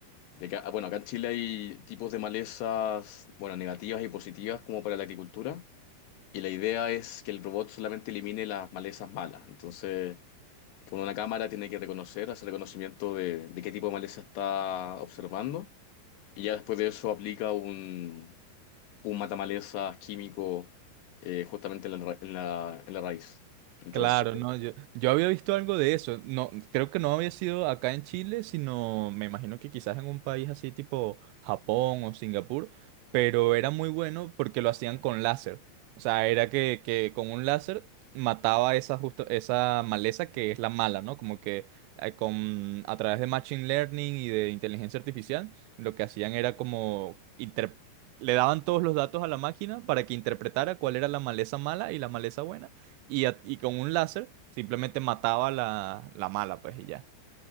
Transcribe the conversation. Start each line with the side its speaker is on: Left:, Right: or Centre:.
Left: de que, ah, bueno, acá en Chile hay tipos de malezas, bueno, negativas y positivas como para la agricultura, y la idea es que el robot solamente elimine las malezas malas. Entonces... Con una cámara tiene que reconocer, hacer reconocimiento de, de qué tipo de maleza está observando. Y ya después de eso aplica un, un matamalezas químico eh, justamente en la, ra- en la- en la raíz. Entonces,
Right: Claro, no, yo, yo había visto algo de eso. No, creo que no había sido acá en Chile, sino me imagino que quizás en un país así tipo Japón o Singapur, pero era muy bueno porque lo hacían con láser. O sea, era que, que con un láser mataba esa justo, esa maleza que es la mala, ¿no? Como que eh, con a través de machine learning y de inteligencia artificial, lo que hacían era como inter- le daban todos los datos a la máquina para que interpretara cuál era la maleza mala y la maleza buena y, a- y con un láser simplemente mataba la, la mala, pues y ya.